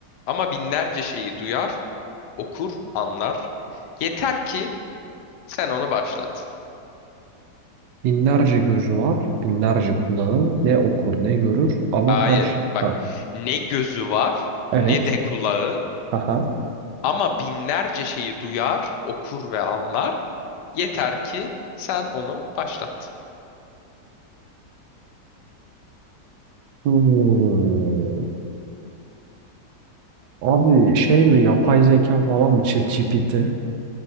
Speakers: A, on the left; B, on the right.
A: Ama binlerce şeyi duyar. okur, anlar. Yeter ki sen onu başlat.
B: binlerce gözü var binlerce kulağı ne okur ne görür ama
A: Hayır.
B: her şey.
A: Bak
B: Ha,
A: ne gözü var
B: evet.
A: ne de kulağı
B: Aha.
A: ama binlerce şeyi duyar, okur ve anlar. Yeter ki sen onu başlat.
B: Hmm. Abi şey mi yapay zeka falan mı ChatGPT?